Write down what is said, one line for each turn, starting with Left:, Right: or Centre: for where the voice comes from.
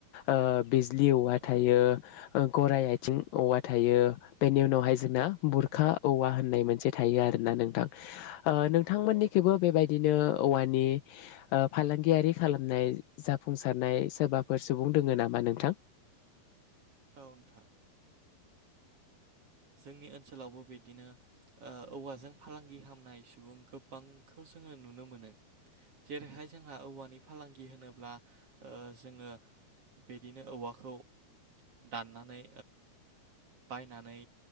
Left: ओ बि ज्लि औवा थायो।
Right: औ
Left: गराइ आथिं औवा थायो बेनि उनावहाय जोंना बुरखा
Right: औ
Left: औवा होननाय मोनसे थायो आरोना नोंथां नोंथांमोननिखिबो
Right: नंगौ नोंथां
Left: बेबायदिनो औवानि फालांगियारि खालामनाय जाफुंसारनाय सोरबाफोर सुबुं दङ नामा नोंथां
Right: औ नोंथां जोंनि ओनसोलावबो बिदिनो औवाजों फालांगि खालामनाय सुबुं गोबांखौ जोङो नुनो मोनो जेरैहाय जोंहा औवानि फालांगि होनोब्ला जोङो बिदिनो औवाखौ दाननानै बायनानै